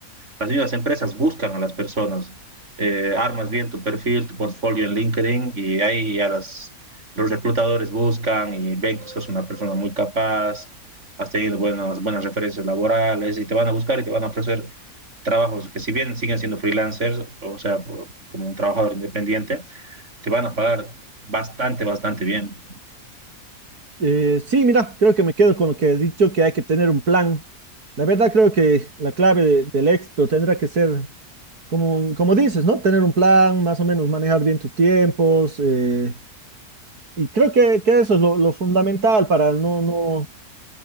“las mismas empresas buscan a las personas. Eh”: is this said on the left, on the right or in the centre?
Right